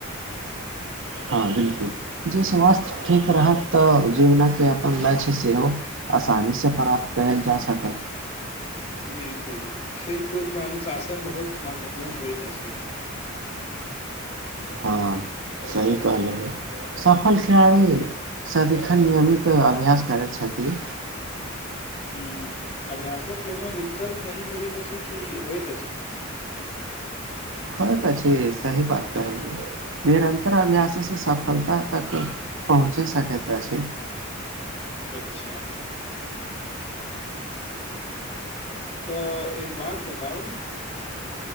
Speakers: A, on the right (about 65°); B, on the left (about 30°).
A: हँ बिलकुल जे स्वास्थ्य ठीक रहत तऽ जीवनके अपन लक्ष्य सेहो आसानीसँ प्राप्त कयल जा सकत
B: बिल्कुल खेलकूदमे अनुशासन बहुत महत्वपूर्ण होइत अछि पी
A: हँ सही कहलहुँ सफल खिलाड़ी सदिखन नियमित अभ्यास करैत छथिन
B: हूं अभ्यासक कोनो विकल्प नहि होइत अछि कि होइत अछि
A: होइ तो छई सही बात कहलह निरंतर अभ्यास से सफलता तक पहुँचे सकत अछि
B: अच्छा तऽ एक बात बताउ